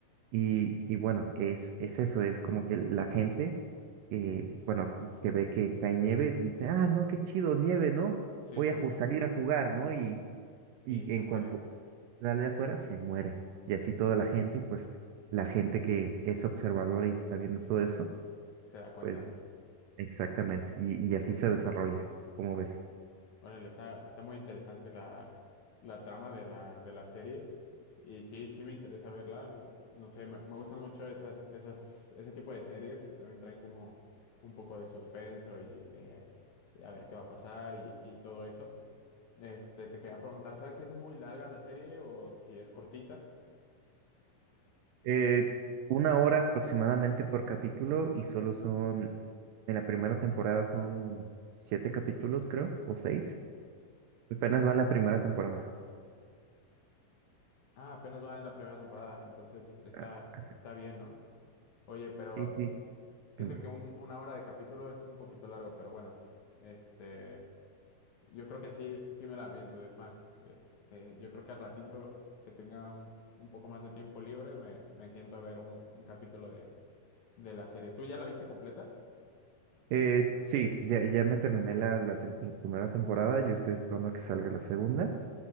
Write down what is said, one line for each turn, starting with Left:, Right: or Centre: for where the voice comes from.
Right: Y, y bueno, es, es eso, es como que la gente que, bueno, que ve que cae nieve, dice, ah, no, qué chido, nieve, ¿no?
Left: Sí,
Right: Voy
Left: sí,
Right: a ju-
Left: sí.
Right: salir a jugar, ¿no? Y, y
Left: Y se
Right: en
Left: muere.
Right: cuanto sale afuera, se muere. Y así toda la gente, y pues la gente que es observadora y está viendo todo eso,
Left: Se da cuenta.
Right: pues exactamente. Y, y así se desarrolla, como ves.
Left: Órale, está, está muy interesante la, la trama de la, de la serie. Y sí, sí me interesa verla. No sé, me, me gustan mucho esas, esas, ese tipo de series que también traen como un poco de suspenso y de, de a ver qué va a pasar y, y todo eso. Este, te quería preguntar, ¿sabes si es muy larga la serie o si es cortita?
Right: Eh, una hora aproximadamente por capítulo y solo son, en la primera temporada son siete capítulos, creo, o seis. Apenas va en la primera temporada.
Left: Ah, apenas va en la primera temporada, entonces está,
Right: Ah, así.
Left: está bien, ¿no? Oye, pero
Right: Sí, sí.
Left: siento
Right: dime.
Left: que un- una hora de capítulo es un poquito largo, pero bueno, este... Yo creo que sí, sí me la aviento. Es más, este, yo creo que al ratito que tenga un, un poco más de tiempo libre, me, me siento a ver un, un capítulo de, de la serie. ¿Tú ya la viste completa?
Right: Eh, sí, ya, ya me terminé la, la tem- la primera temporada, yo estoy esperando a que salga la segunda.